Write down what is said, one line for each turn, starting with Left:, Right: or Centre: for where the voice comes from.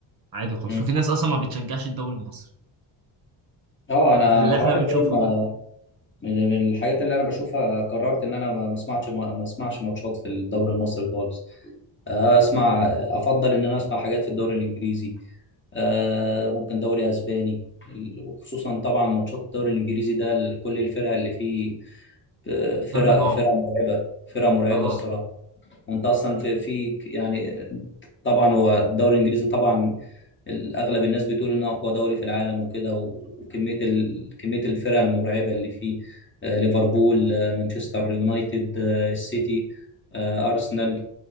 Right: عادي خالص
Left: مم.
Right: وفي ناس اصلا ما بتشجعش الدوري المصري
Left: اه انا
Right: اللي
Left: انا
Right: احنا
Left: واحد
Right: بنشوفه
Left: زي ما
Right: ده
Left: من من الحاجات اللي انا بشوفها قررت ان انا ما ما اسمعش ما اسمعش ماتشات في الدوري المصري خالص آه، اسمع افضل ان انا اسمع حاجات في الدوري الانجليزي آه، ممكن دوري اسباني ال- وخصوصا طبعا ماتشات الدوري الانجليزي ده ال- كل الفرق اللي فيه آه، فرق
Right: ضرب نار
Left: فرق مرعبه فرق مرعبه
Right: اه
Left: الصراحه وانت اصلا في في يعني طبعا هو الدوري الانجليزي طبعا اغلب الناس بتقول انه اقوى دوري في العالم وكده و- وكميه ال... كميه الفرق المرعبه اللي فيه آه، ليفربول آه، مانشستر يونايتد آه، السيتي آه، ارسنال